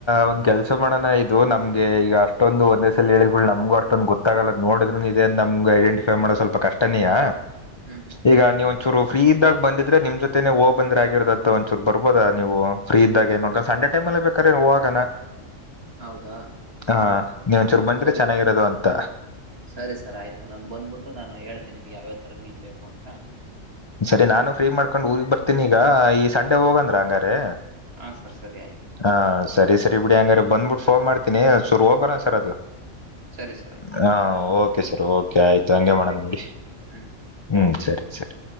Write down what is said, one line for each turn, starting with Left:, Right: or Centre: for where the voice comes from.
Left: ಒಂದ್ ಕೆಲ್ಸ ಮಾಡೋಣ ಇದು ನಮ್ಗೆ ಈಗ ಅಷ್ಟೊಂದು ಒಂದೇ ಸಲ ಹೇಳಿಗಳು ನಮ್ಗು ಅಷ್ಟೊಂ ದ್ ಗೊತ್ತಾಗಲ್ಲದ ನೋಡಿದ್ರರುನು ಇದೇನ್ ನಮ್ಗ್ ಐಡೆಟಫೈ ಮಾಡೋ ಸ್ವಲ್ಪ ಕಷ್ಟನೇಯಾ.
Right: ಹ್ಮ್ ಹ್ಮ್
Left: ಈಗ ನೀವ್ ಒಂಚೂರು. ಫ್ರೀ ಇದಾಗ ಬಂದಿದ್ರೆ ನೀಮ್ ಜೊತೆನೆ ಹೋ ಬಂದ್ರೆ ಆಗಿರ್ದ್ತು ಒಂಚೂರ್ ಬರ್ಬೋದ ನೀವು ಫ್ರೀ ಇದ್ದಾಗೇ. ಏ ನೋಡ್ಕ್ ಸಂಡೆ ಟೈಮಲ್ಲಿ ಬೇಕ್ರೇ ಹೋಗನ.
Right: ಹೌದಾ
Left: ಹ ನೀವ ಒಂದಚೂರು ಬಂದಿದ್ರೆ
Right: ಸರಿ
Left: ಚೆನ್ನಾಗಿರೋದು ಅಂತ.
Right: ಸರಿ ಸರ್ ಆಯ್ತು ನಾನು ಬಂದ್ಬಿಟ್ಟು ನಾನು ಹೇಳ್ತನಿ ನಿಮ್ಗೆ ಯಾವಥರ ಮೀನ್ ಬೇಕು ಅಂತ.
Left: ಸರಿ ನಾನು ಫ್ರೀ ಮಾಡ್ಕೊಂಡು ಊರಿಗ್ ಬರ್ತೀನಿ ಈಗ ಈ ಸಂಡೆ ಹೋಗಂದ್ರ ಹಂಗಾರೆ.
Right: ಹಾ ಸರ್ ಸರಿ ಆಯ್ತು.
Left: ಹಾ ಸರಿ ಸರಿ ಬಿಡಿ ಹಂಗಾರ ಬಂದ್ಬಿಟ್ಟ ಫೋನ್ ಮಾಡ್ತೀನಿ ಸರ್ ಹೋಗಬರ ಸರ್ ಅದು.
Right: ಸರಿ ಸರ್ ಆಯ್ತು.
Left: ಹಾಂ ಓಕೆ ಸರ್ ಓಕೆ ಆಯ್ತು ಹಂಗೆ ಮಾಡೋಣ ಬಿಡಿ.
Right: ಹ್ಮ್.
Left: ಹ್ಮ್ ಸರಿ ಸರಿ.